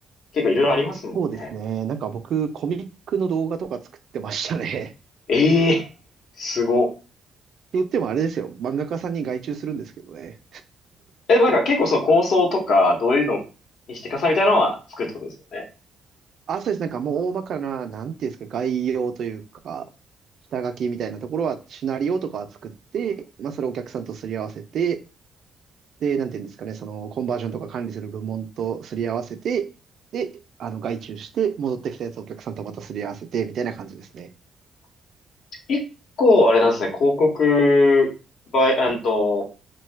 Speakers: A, on the left; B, on the right.
A: 結構いろいろありますもんね。
B: そうですね。なんか僕、コミックの動画とか作ってましたね。<laughs>
A: ええすご。
B: って言ってもあれですよ。漫画家さんに外注するんですけどね。
A: え、でもなんか結構その構想とか、どういうのにしていくかさみたいなのは作るってことですよね。
B: あ、そうです。なんかもう大まかな、なんていうんですか、概要というか、下書きみたいなところは、シナリオとかは作って、まあ、それをお客さんとすり合わせて、で、なんていうんですかね、その、コンバージョンとか管理する部門とすり合わせて、で、あの、外注して、戻ってきたやつをお客さんとまたすり合わせて、みたいな感じですね。
A: 結構あれなんですね、広告、バイ、あんと、